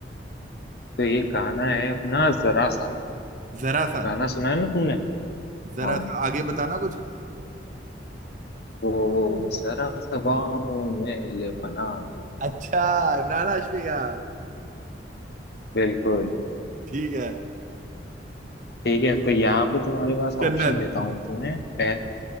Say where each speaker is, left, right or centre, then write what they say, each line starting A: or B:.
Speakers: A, on the left (about 60°); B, on the right (about 45°).
A: तो ये गाना है अपना जरा सा
B: जरा सा
A: गाना सुना है ना तुमने
B: जरा
A: हाँ
B: सा आगे बताना कुछ
A: वो वो जरा सा बाहों में ले बना दो
B: अच्छा इमरान हाशमी का
A: बिल्कुल
B: ठीक है
A: ठीक है तो यहाँ पे तुम्हारे पास ऑप्शन
B: जन्नत
A: देता हूँ तुम्हें पह,